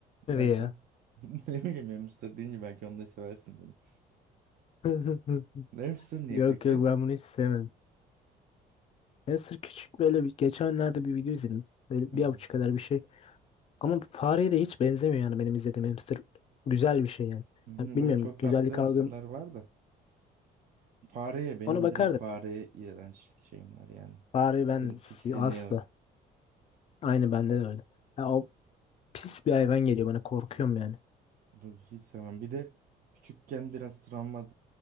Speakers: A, on the right (about 55°); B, on the left (about 35°).
A: Dedim.
B: ya.
A: <laughs> Ne bileyim hamster deyince belki onu da seversin dedim.
B: <laughs>
A: Hamster niye
B: Yok
A: peki?
B: yok ben bunu hiç sevmedim. Hamster küçük böyle bir geçenlerde bir video izledim. Böyle
A: Hı hı.
B: bir avuç kadar bir şey. Ama fareye de hiç benzemiyor yani benim izlediğim hamster. Güzel bir şey yani.
A: Hı hı,
B: Ya bilmiyorum
A: Böyle çok
B: güzellik
A: tatlı hamsterlar
B: algım
A: var da. Fareye benim
B: ona bakardım.
A: direkt fareye iğrençlik şeyim var yani.
B: Fare
A: Tiksin,
B: ben si-
A: tiksiniyorum.
B: asla. Aynı bende de öyle. Ya o pis bir hayvan geliyor bana korkuyorum yani.
A: Dur hiç sevmem. Bir de küçükken biraz travma